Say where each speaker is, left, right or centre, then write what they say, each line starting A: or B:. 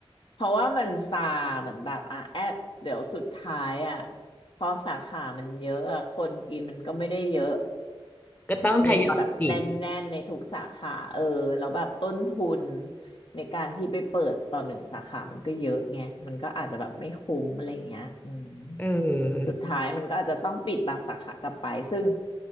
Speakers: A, on the left; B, on the left.
A: เพราะว่ามันซาเหมือนแบบอ่ะแอดเดี๋ยวสุดท้ายอ่ะพอสาขามันเยอะอะคนกินมันก็ไม่ได้เยอะ
B: ก็ต้องทยอยปิด
A: ในแบบแน่นๆในทุกสาขาเออแล้วแบบต้นทุนในการที่ไปเปิดต่อหนึ่งสาขามันก็เยอะไงมันก็อาจจะแบบไม่คุ้มอะไรอย่างเงี้ยอืม
B: เออ
A: สุดท้ายมันก็อาจจะต้องปิดบางสาขากลับไปซึ่ง